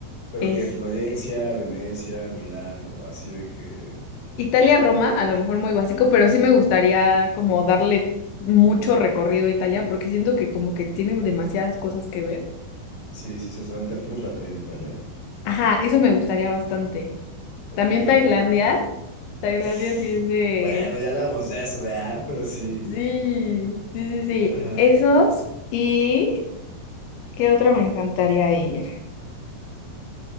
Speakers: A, on the left (about 25°); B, on the left (about 75°).
A: Pero
B: este.
A: que Florencia, Venecia, Milán o así de que.
B: Italia-Roma, a lo mejor muy básico, pero sí me gustaría como darle mucho recorrido a Italia porque siento que como que tiene demasiadas cosas que ver.
A: Sí, sí, sí, o sea, aventarte un rato ahí en Italia.
B: Ajá, eso me gustaría bastante.
A: Ok.
B: También Tailandia. Tailandia
A: <sighs>
B: sí es de...
A: Bueno, ya hablamos de eso, ¿verdad? Pero sí.
B: Sí, sí, sí, sí.
A: Ajá.
B: Esos y... ¿Qué otro me encantaría ir?